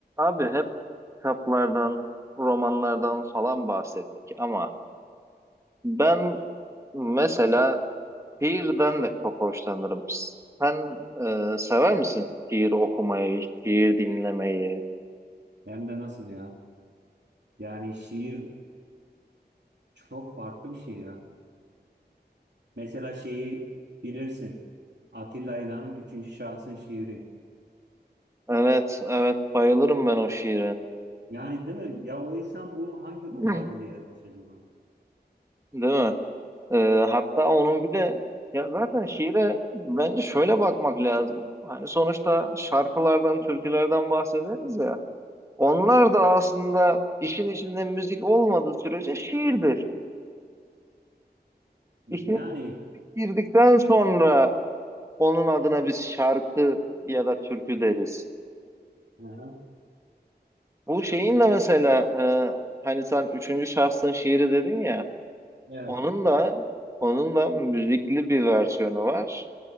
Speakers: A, on the right; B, on the right.
A: Abi hep kitaplardan, romanlardan falan bahsettik ama ben mesela şiirden de çok hoşlanırım. Sen e, sever misin şiir okumayı, şiir dinlemeyi?
B: Hem de nasıl ya? Yani şiir çok farklı bir şey ya. Mesela şeyi bilirsin. Atilla İlhan'ın üçüncü şahsın şiiri.
A: Evet, evet bayılırım ben o şiire.
B: Yani değil mi? Ya o insan bunu hangi ruh
A: <clears throat>
B: haliyle yazmış acaba?
A: Değil mi? Ee, hatta onun bir de ya zaten şiire bence şöyle bakmak lazım. Hani sonuçta şarkılardan, türkülerden bahsederiz ya. Onlar da aslında işin içinde müzik olmadığı sürece şiirdir. İşe
B: Yani
A: girdikten sonra onun adına biz şarkı ya da türkü deriz.
B: hı hı,
A: Bu şeyin de mesela e, hani sen üçüncü şahsın şiiri dedin ya
B: evet.
A: onun da onun da müzikli bir versiyonu var.